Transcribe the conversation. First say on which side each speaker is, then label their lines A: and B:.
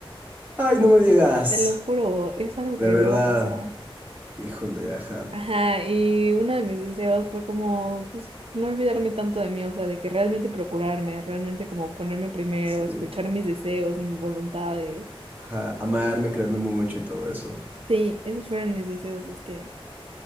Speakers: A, on the right; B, on the right.
A: Ay, no me digas.
B: Te lo juro, es algo
A: De
B: que
A: verdad.
B: luego pasa.
A: Híjole, ajá.
B: Ajá, y uno de mis deseos fue como, pues, no olvidarme tanto de mí, o sea, de que realmente procurarme, realmente como ponerme primero,
A: Sí.
B: escuchar mis deseos, mis voluntades.
A: ajá, amarme, quererme mucho y todo eso.
B: Sí, esos fueron mis deseos de este año.